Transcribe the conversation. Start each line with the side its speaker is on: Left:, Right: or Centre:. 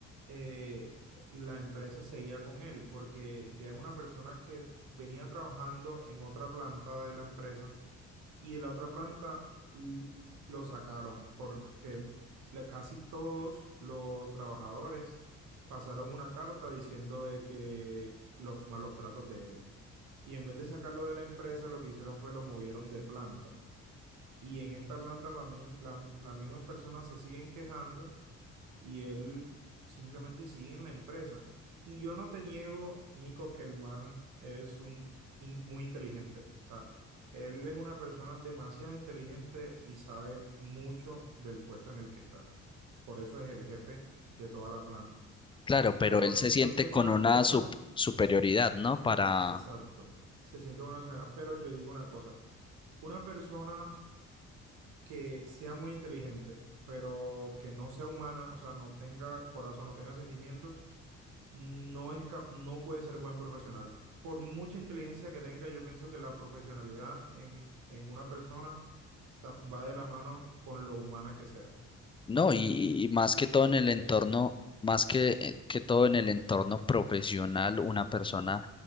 Right: eh, la empresa seguía con él, porque ya es una persona que venía trabajando en otra planta de la empresa y de la otra planta l- lo sacaron, porque la- casi todos los trabajadores pasaron una carta diciendo de que los malos tratos de él. Y en vez de sacarlo de la empresa, lo que hicieron fue lo movieron de planta. Y en esta planta la, mim- la- las mismas personas se siguen quejando y él simplemente sigue en la empresa. Y yo no te niego, Nico, que el man es un, in- muy inteligente. O sea, él es una persona demasiado inteligente y sabe mucho del puesto en el que está. Por eso es el jefe de toda la planta.
Left: Claro, pero
Right: Pero
Left: él se
Right: yo
Left: siente
Right: tengo
Left: con
Right: una
Left: una
Right: cosa,
Left: sup- superioridad, ¿no? Para,
Right: exacto, se siente una señora, pero yo digo una cosa, una persona que sea muy inteligente, pero que no sea humana, o sea, no tenga corazón, no tenga sentimientos, no es cap- no puede ser buen profesional. Por mucha inteligencia que tenga, yo pienso que la profesionalidad en, en una persona tam- va de la mano con lo humana que sea.
Left: No,
Right: Ni
Left: y, y más que
Right: de,
Left: todo en el
Right: de
Left: entorno,
Right: eso.
Left: más que, eh, que todo en el entorno profesional, una persona,